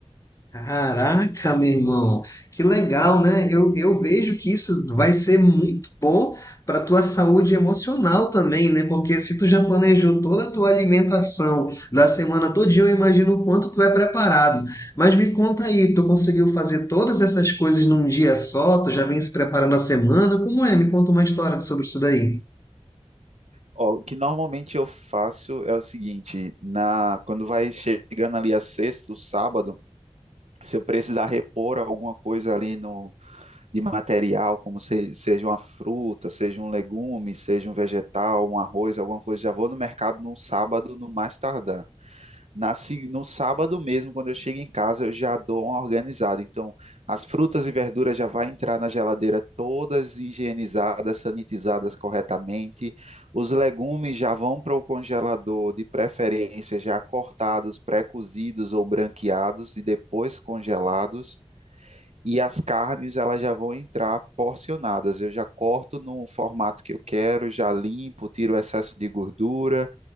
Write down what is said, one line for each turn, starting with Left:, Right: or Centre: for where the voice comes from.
Left: Caraca, meu irmão, que legal, né? Eu, eu vejo que isso vai ser muito bom para tua saúde emocional também, né? Porque se tu já planejou toda a tua alimentação da semana todinha, eu imagino o quanto tu é preparado. Mas me conta aí, tu conseguiu fazer todas essas coisas num dia só? Tu já vem se preparando a semana? Como é? Me conta uma história sobre isso daí.
Right: Ó, o que normalmente eu faço é o seguinte, na quando vai chegando ali a sexta, o sábado, se eu precisar repor alguma coisa ali no de material, como se- seja uma fruta, seja um legume, seja um vegetal, um arroz, alguma coisa, já vou no mercado no sábado, no mais tardar. Na, se- no sábado mesmo, quando eu chego em casa, eu já dou uma organizada. Então, as frutas e verduras já vai entrar na geladeira todas higienizadas, sanitizadas corretamente. Os legumes já vão para o congelador, de preferência já cortados, pré-cozidos ou branqueados e depois congelados. E as carnes, elas já vão entrar porcionadas. Eu já corto no formato que eu quero, já limpo, tiro o excesso de gordura